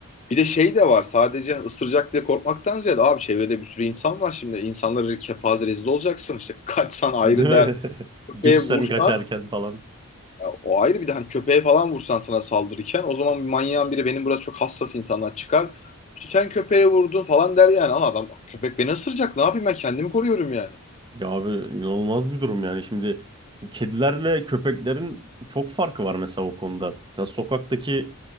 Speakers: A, on the left (about 30°); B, on the right (about 20°).
A: Bir de şey de var sadece ısıracak diye korkmaktan ziyade abi çevrede bir sürü insan var şimdi insanları kepaze rezil olacaksın işte kaçsan ayrı
B: Değil
A: dert
B: mi? <laughs>
A: köpeğe
B: Düşsen
A: vursan
B: kaçarken falan.
A: ya o ayrı bir de hani köpeğe falan vursan sana saldırırken o zaman bir manyağın biri benim burası çok hassas insanlar çıkar işte sen köpeğe vurdun falan der yani ama adam köpek beni ısıracak ne yapayım ben kendimi koruyorum yani.
B: Ya abi inanılmaz bir durum yani. Şimdi kedilerle köpeklerin çok farkı var mesela o konuda. Mesela sokaktaki